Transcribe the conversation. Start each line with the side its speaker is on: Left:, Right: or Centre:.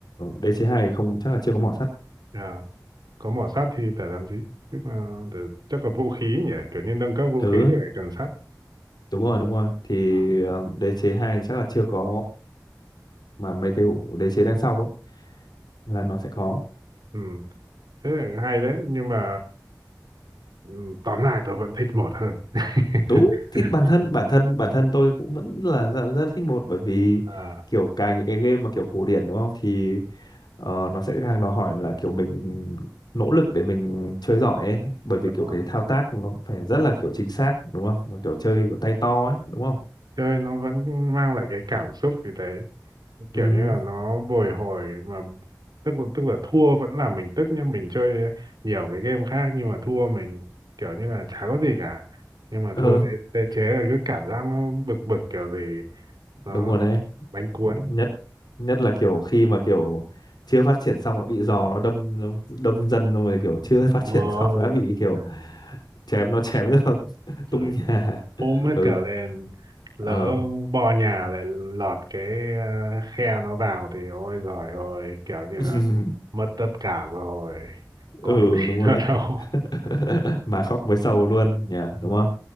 Left: đế chế 2 không chắc là chưa có mỏ sắt
Right: Ờ, có mỏ sắt thì phải làm gì tức là để, chắc là vũ khí nhỉ kiểu như nâng cấp vũ
Left: ừ
Right: khí thì phải cần sắt
Left: đúng rồi đúng rồi thì
Right: Ờ.
Left: ờ, đế chế 2 thì chắc là chưa có mà mấy cái đế chế đằng sau ấy là nó sẽ có
Right: ừ, thế là hay đấy nhưng mà ừ, tóm lại tôi vẫn thích một hơn <laughs>
Left: đúng thì bản thân bản thân bản thân tôi cũng vẫn là rất, rất thích một bởi vì
Right: à,
Left: kiểu càng những cái game mà kiểu cổ điển đúng không thì ờ, nó sẽ càng đòi hỏi là kiểu mình nỗ lực để mình chơi giỏi ấy bởi vì
Right: đúng
Left: kiểu
Right: rồi
Left: cái thao tác nó phải rất là kiểu chính xác đúng không và kiểu chơi kiểu tay to ấy đúng không
Right: chơi nó vẫn mang lại cái cảm xúc như thế kiểu
Left: ừ,
Right: như là nó bồi hồi mà tức là, tức là thua vẫn làm mình tức nhá mình chơi nhiều cái game khác nhưng mà thua mình kiểu như là chả có gì cả nhưng mà
Left: ừ
Right: thua đế, đế chế là cứ cảm giác nó bực bực kiểu gì nó
Left: đúng rồi đấy
Right: bánh cuốn
Left: nhất nhất là kiểu khi mà kiểu chưa phát triển xong đã bị giò nó đâm nó đâm dân xong rồi kiểu chưa phát
Right: Ôi,
Left: triển xong đã bị kiểu chém nó chém nó <laughs>
Right: chửi
Left: tung nhà
Right: ôm hết
Left: ừ
Right: cả lên lỡ
Left: ờ
Right: bò nhà lại lọt cái ờ, khe nó vào thì ôi giời ơi kiểu như
Left: <laughs>
Right: là mất tất cả rồi còn
Left: ừ
Right: gì
Left: đúng rồi
Right: nữa
Left: đấy
Right: đâu
Left: <laughs> mà khóc với sầu luôn nhỉ
Right: Ừ.
Left: đúng không